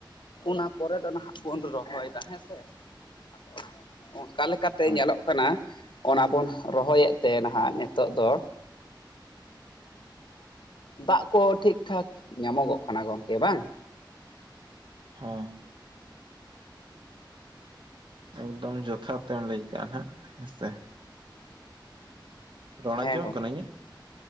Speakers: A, on the left (about 80°); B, on the right (about 75°).
A: ᱚᱱᱟ ᱯᱚᱨᱮ ᱫᱚ ᱱᱟᱦᱟᱜ ᱵᱚᱱ ᱨᱚᱦᱚᱭᱫᱟ ᱦᱮᱸᱥᱮ ᱾ ᱚᱱᱠᱟ ᱞᱮᱠᱟᱛᱮ
B: ᱟᱪᱪᱷᱟ
A: ᱧᱮᱞᱚᱜ ᱠᱟᱱᱟ ᱾ ᱚᱱᱟ ᱵᱚᱱ ᱨᱚᱦᱚᱭᱮᱫ ᱛᱮ ᱱᱟᱦᱟᱜ ᱱᱤᱛᱚᱜ ᱫᱚ ᱫᱟᱜ ᱠᱚ ᱴᱷᱤᱠᱼᱴᱷᱟᱠ ᱧᱟᱢᱚᱜᱚᱜ ᱠᱟᱱᱟ ᱜᱚᱝᱠᱮ ᱵᱟᱝ
B: ᱦᱚᱭ ᱮᱠᱫᱚᱢ ᱡᱚᱛᱷᱟᱛ ᱛᱮᱢ ᱞᱟᱹᱭ ᱠᱟ ᱱᱟᱦᱟᱜ ᱦᱮᱸᱥᱮ ᱨᱚᱲ
A: ᱦᱮᱸ
B: ᱟᱸᱡᱚᱢᱚᱜ
A: ᱜᱚᱢᱠᱮ
B: ᱠᱟᱱᱟ ᱤᱧᱟᱹᱜ